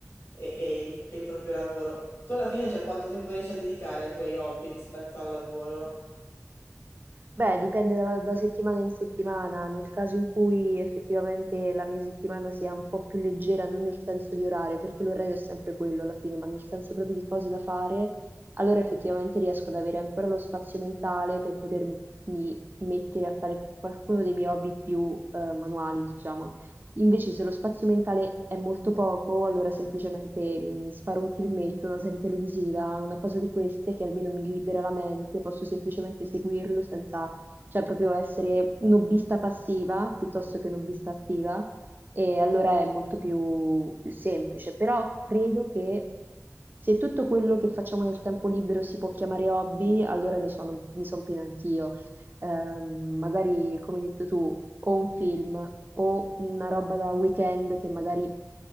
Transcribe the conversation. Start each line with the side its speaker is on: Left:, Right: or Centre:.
Left: e, e il, e il proprio lavoro. Tu alla fine, cioè, quanto tempo riesci a dedicare ai tuoi hobby rispetto al lavoro?
Right: Beh, dipende da, da settimana in settimana. Nel caso in cui effettivamente la mia settimana sia un po' più leggera, non nel senso di orario, perché l'orario è sempre quello alla fine, ma nel senso proprio di cose da fare, allora effettivamente riesco ad avere ancora lo spazio mentale per potermi mettere a fare qualcuno dei miei hobby più eh, manuali, diciamo. Invece se lo spazio mentale è molto poco, allora semplicemente mi sparo un filmetto, una serie televisiva, una cosa di queste che almeno mi libera la mente, posso semplicemente seguirlo senza, cioè proprio essere un hobbista passiva piuttosto che un hobbista attiva e allora è molto più, più semplice. Però credo che se tutto quello che facciamo nel tempo libero si può chiamare hobby, allora ne sono, ne son piena anch'io. Ehm, magari, come hai detto tu, o un film o una roba da weekend che magari